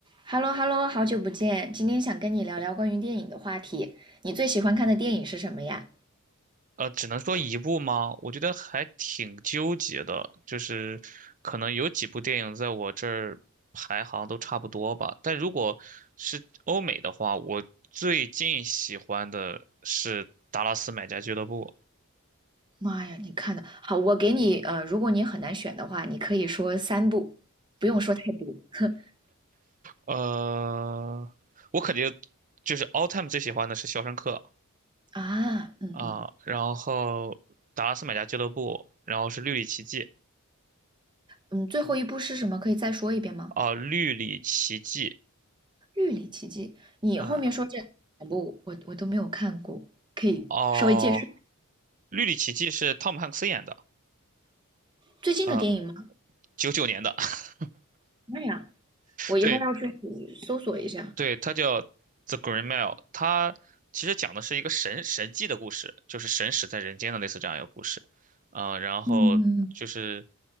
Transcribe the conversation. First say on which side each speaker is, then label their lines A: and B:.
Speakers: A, on the right; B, on the right.
A: 哈喽哈喽，好久不见，今天想跟你聊聊关于电影的话题。你最喜欢看的电影是什么呀？
B: 呃，只能说一部吗？我觉得还挺纠结的，就是可能有几部电影在我这儿排行都差不多吧。但如果是欧美的话，我最近喜欢的是《达拉斯买家俱乐部》。
A: 妈呀，你看的好，我给你呃，如果你很难选的话，你可以说三部，不用说太多。<laughs>
B: 呃，我肯定就是 all time 最喜欢的是《肖申克》
A: 啊，嗯嗯
B: 啊，然后《达拉斯买家俱乐部》，然后是《绿里奇迹》
A: 嗯，最后一部是什么？可以再说一遍吗？
B: 啊，《绿里奇迹》
A: 《玉里奇迹》，你后面说这两部我我都没有看过，
B: 嗯，
A: 可以稍微介绍
B: 哦，《绿里奇迹》是汤姆汉克斯演的。
A: 最近的电影吗？
B: 啊，九九年的，<laughs>
A: 妈呀，我一会儿要去
B: 对，
A: 搜索一下。
B: 对，它叫《The Green Mile》，它其实讲的是一个神神迹的故事，就是神使在人间的类似这样一个故事。啊、然后就是，
A: 嗯